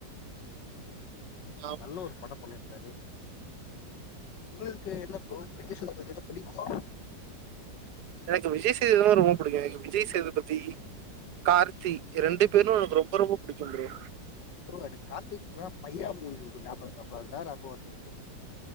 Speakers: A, on the left; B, on the right.
A: <inaudible>
B: ஆம்
A: நல்ல ஒரு படம் பண்ணிருக்காரு உங்களுக்கு என்ன ப்ரோ விஜய் சேதுபதின்னா புடிக்குமா
B: எனக்கு விஜய் சேதுபதி தா ரொம்ப புடிக்கு எனக்கு விஜய் சேதுபதி கார்த்தி ரெண்டு பேரு எனக்கு ரொம்ப ரொம்ப புடிக்கும் ப்ரோ
A: ப்ரோ எனக்கு கார்த்திக் மூ பையா மூவினு ஒன்னு ஞாபகம் இருக்கா ப்ரோ அதுதான் நாபக வர்து ப்ரோ